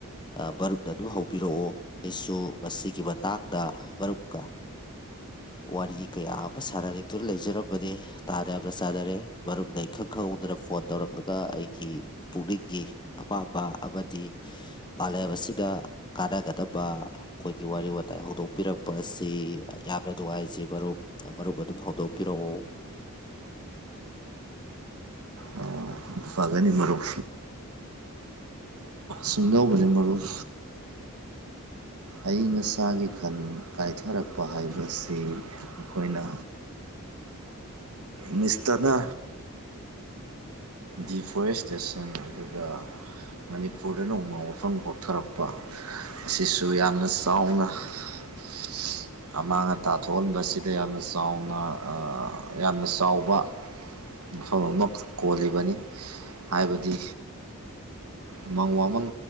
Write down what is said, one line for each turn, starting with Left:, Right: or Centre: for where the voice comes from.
Left: ꯑ ꯃꯔꯨꯞ ꯑꯗꯨꯝ ꯍꯧꯕꯤꯔꯛꯑꯣ ꯑꯩꯁꯨ ꯃꯁꯤꯒꯤ ꯃꯇꯥꯡꯗ ꯃꯔꯨꯞꯀ ꯋꯥꯔꯤ ꯀꯌꯥ ꯑꯃ ꯁꯥꯟꯅꯅꯤꯡꯗꯨꯅ ꯂꯩꯖꯔꯝꯕꯅꯤ ꯇꯥꯟ ꯌꯥꯝꯅ ꯆꯥꯟꯅꯔꯦ ꯃꯔꯨꯞꯅ ꯏꯈꯪ ꯈꯪꯍꯧ ꯑꯗꯨꯅ ꯐꯣꯟ ꯇꯧꯔꯛꯂꯒ ꯑꯩꯒꯤ ꯄꯨꯛꯅꯤꯡꯒꯤ ꯑꯄꯥꯝꯕ ꯑꯃꯗꯤ ꯃꯥꯂꯦꯝ ꯑꯁꯤꯗ ꯀꯥꯟꯅꯒꯗꯕ ꯑꯩꯈꯣꯏꯒꯤ ꯋꯥꯔꯤ ꯋꯥꯇꯥꯏ ꯍꯧꯗꯣꯛꯄꯤꯔꯛꯄ ꯑꯁꯤ ꯌꯥꯝꯅ ꯅꯨꯡꯉꯥꯏꯖꯩ ꯃꯔꯨꯞ ꯃꯔꯨꯞ ꯑꯗꯨꯝ ꯐꯥꯎꯗꯣꯛꯄꯤꯔꯛꯑꯣ
Right: ꯑꯥ ꯐꯒꯅꯤ ꯃꯔꯨꯞ ꯁꯨꯝꯗꯧꯕꯅꯤ ꯃꯔꯨꯞ ꯑꯏꯪ ꯑꯁꯥꯒꯤ ꯈꯟ ꯀꯥꯏꯊꯔꯛꯄ ꯍꯥꯏꯕꯁꯤ ꯑꯩꯈꯣꯏꯅ ꯃꯤꯁꯇꯅ ꯗꯤꯐꯣꯔꯦꯁꯇꯦꯁꯟ ꯑꯗꯨꯒ ꯃꯅꯤꯄꯨꯔꯗꯅ ꯎꯃ ꯋꯥꯐꯝ ꯀꯣꯛꯊꯔꯛꯄ ꯑꯁꯤꯁꯨ ꯌꯥꯝꯅ ꯆꯥꯎꯅ <inaudible> <unintelligible> ꯑꯃꯥꯡ ꯑꯇꯥ ꯊꯣꯛꯍꯟꯕꯁꯤꯗ ꯌꯥꯝꯅ ꯆꯥꯎꯅ ꯌꯥꯝꯅ ꯆꯥꯎꯕ ꯃꯐꯝ ꯑꯃ ꯀꯣꯜꯂꯤꯕꯅꯤ ꯍꯥꯏꯕꯗꯤ ꯎꯃꯪ ꯋꯥꯃꯪ